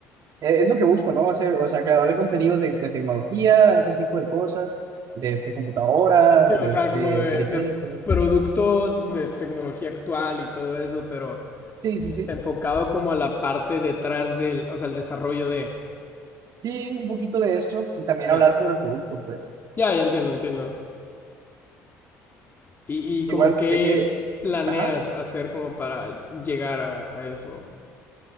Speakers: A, on the right (about 55°); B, on the left (about 30°).
A: eh, es lo que busco, ¿no? Hacer, o sea, creador de contenido de, de tecnología, ese tipo de cosas, de este, computadoras,
B: Sí,
A: de
B: o sea,
A: este,
B: como de,
A: periférico.
B: de productos de tecnología actual y todo eso, pero
A: Sí, sí, sí.
B: enfocado como a la parte detrás del, o sea, el desarrollo de.
A: Sí, un poquito de eso y también
B: Ya,
A: hablar sobre el producto, pues.
B: ya, ya entiendo, entiendo. Y, y como
A: Igual
B: qué
A: sé que,
B: planeas
A: ajá,
B: hacer como para llegar a, a eso.